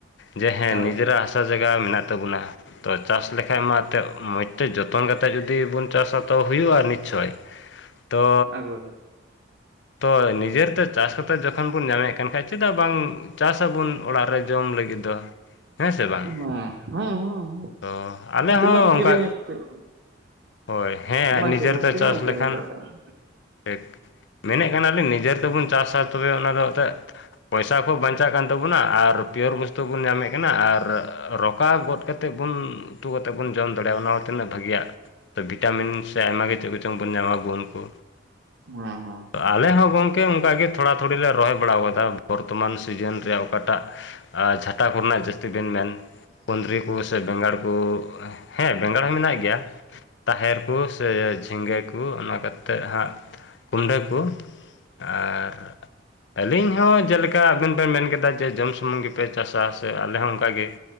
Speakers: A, on the left; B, on the right.
A: ᱡᱮ ᱦᱮᱸ
B: ᱦᱳᱭ
A: ᱱᱤᱡᱮᱨᱟᱜ ᱦᱟᱥᱟ ᱡᱟᱭᱜᱟ ᱢᱮᱱᱟᱜ ᱛᱟᱵᱚᱱᱟ ᱛᱚ ᱪᱟᱥ ᱞᱮᱠᱷᱟᱡ ᱢᱟ ᱮᱱᱛᱮᱫ ᱢᱚᱡᱽ ᱛᱮ ᱡᱚᱛᱚᱱᱟᱛᱮᱛ ᱡᱩᱫᱤ ᱵᱚᱱ ᱪᱟᱥᱟ ᱦᱩᱭᱩᱜᱼᱟ ᱱᱤᱥᱪᱳᱚᱭ ᱛᱚ
B: ᱮᱠᱵᱟᱨᱮ
A: ᱛᱚ ᱱᱤᱡᱮᱨ ᱛᱮ ᱪᱟᱥ ᱠᱟᱛᱮ ᱡᱚᱠᱷᱚᱱ ᱵᱚᱱ ᱧᱟᱢᱮᱫ ᱠᱟᱱ ᱠᱷᱟᱡ ᱪᱮᱫᱟᱜ ᱵᱟᱝ ᱪᱟᱥ ᱟᱵᱚᱱ ᱚᱲᱟᱜ ᱨᱮ ᱡᱚᱢ ᱞᱟᱹᱜᱤᱫ ᱫᱚ ᱦᱮᱸ ᱥᱮ ᱵᱟᱝ
B: ᱦᱮᱸ ᱦᱮᱸ ᱦᱮᱸ
A: ᱛᱚ ᱟᱞᱮ
B: ᱛᱤᱱᱟᱹᱜ
A: ᱦᱚᱸ
B: ᱮᱢ ᱠᱤᱨᱤᱧᱟ
A: ᱚᱱᱠᱟ
B: ᱠᱟᱛᱮᱫ
A: ᱦᱳᱭ ᱦᱮᱸ
B: ᱚᱱᱟ
A: ᱱᱤᱡᱮᱨᱛᱮ
B: ᱦᱤᱥᱟᱹᱵ ᱛᱤᱱᱟᱹᱜ
A: ᱪᱟᱥ
B: ᱮᱢ ᱠᱤᱨᱤᱧ
A: ᱞᱮᱠᱷᱟᱱ
B: ᱫᱟᱲᱮᱭᱟᱜᱼᱟ
A: ᱴᱷᱤᱠ ᱢᱮᱱᱮᱫ ᱠᱟᱱᱟᱞᱤᱧ ᱱᱤᱡᱮ ᱛᱮᱵᱚᱱ ᱪᱟᱥᱼᱟ ᱛᱚᱵᱮ ᱚᱱᱟ ᱫᱚ ᱮᱱᱛᱮᱫ ᱯᱚᱭᱥᱟ ᱠᱚ ᱵᱟᱧᱪᱟᱜ ᱠᱟᱱ ᱛᱟᱵᱚᱱᱟ ᱟᱨ ᱯᱤᱭᱚᱨ ᱵᱚᱥᱛᱩ ᱛᱚ ᱵᱚᱱ ᱧᱟᱢᱮᱫ ᱠᱟᱱᱟ ᱟᱨ ᱨᱚᱠᱟ ᱜᱚᱫ ᱠᱟᱛᱮᱫ ᱵᱚᱱ ᱩᱛᱩ ᱠᱟᱛᱮᱫ ᱵᱚᱱ ᱡᱚᱢ ᱫᱟᱲᱮᱭᱟᱜᱼᱟ ᱚᱱᱟ ᱛᱤᱱᱟᱹᱜ ᱵᱷᱟᱜᱮᱟᱜ ᱵᱷᱤᱴᱟᱢᱤᱱ ᱥᱮ ᱟᱭᱢᱟ ᱜᱮ ᱪᱮᱫ ᱠᱚᱪᱚᱝ ᱵᱚᱱ ᱧᱟᱢᱟ ᱜᱩᱱ ᱠᱚ
B: ᱦᱮᱸ ᱦᱮᱸ
A: ᱟᱞᱮ ᱦᱚᱸ ᱜᱚᱝᱠᱮ ᱚᱱᱠᱟᱜᱮ ᱛᱷᱚᱲᱟ ᱛᱷᱩᱲᱤ ᱞᱮ ᱨᱚᱦᱚᱭ ᱵᱟᱲᱟ ᱟᱠᱟᱫᱟ ᱵᱚᱨᱛᱚᱢᱟᱱ ᱥᱤᱡᱤᱱ ᱨᱮᱭᱟᱜ ᱚᱠᱟᱴᱟᱜ ᱟᱨ ᱡᱷᱟᱴᱟ ᱠᱚᱨᱮᱱᱟᱜ ᱡᱟᱹᱥᱛᱤ ᱵᱮᱱ ᱢᱮᱱ ᱠᱩᱸᱫᱽᱨᱤ ᱠᱚ ᱥᱮ ᱵᱮᱸᱜᱟᱲ ᱠᱚ ᱦᱮᱸ ᱵᱮᱸᱜᱟᱲ ᱦᱚᱸ ᱢᱮᱱᱟᱜ ᱜᱮᱭᱟᱹ ᱛᱟᱦᱮᱨ ᱠᱩ ᱥᱮ ᱡᱷᱤᱸᱜᱟᱹ ᱠᱩ ᱚᱱᱟ ᱠᱟᱛᱮᱫ ᱦᱟᱸᱜ ᱠᱩᱢᱰᱟᱹ ᱠᱚ ᱟᱨ ᱟᱹᱞᱤᱧ ᱦᱚᱸ ᱡᱮᱞᱮᱠᱟ ᱟᱵᱮᱱ ᱵᱮᱱ ᱢᱮᱱ ᱠᱮᱫᱟ ᱡᱮ ᱡᱚᱢ ᱥᱩᱢᱩᱝ ᱜᱮᱯᱮ ᱪᱟᱥ ᱪᱟ ᱥᱮ ᱟᱞᱮ ᱦᱚᱸ ᱚᱱᱠᱟ ᱜᱮ